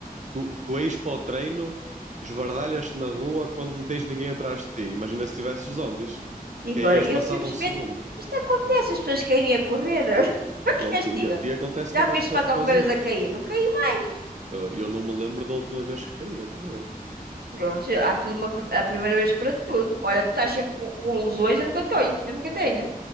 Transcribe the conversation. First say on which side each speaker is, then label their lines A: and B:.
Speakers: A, on the right; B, on the right.
A: Tu, tu és para o treino, esbardalhas-te na rua quando não tens ninguém atrás de ti. Imagina se tivesses zombies,
B: E
A: caías
B: agora,
A: passado
B: eu simplesmente.
A: um segundo.
B: Isto acontece, as pessoas querem a correr. <laughs> O
A: Pronto,
B: que és
A: e a ti acontece também
B: Já me viste
A: co-
B: mais
A: com,
B: alguma
A: os outros.
B: vez a cair? Não caí mais.
A: Ah, eu não me lembro da última vez que caí a correr.
B: Pronto, há tudo uma, pri- a primeira vez para tudo. Olha, tu estás sempre com, com lesões, eu nunca tenho. Eu nunca tenho.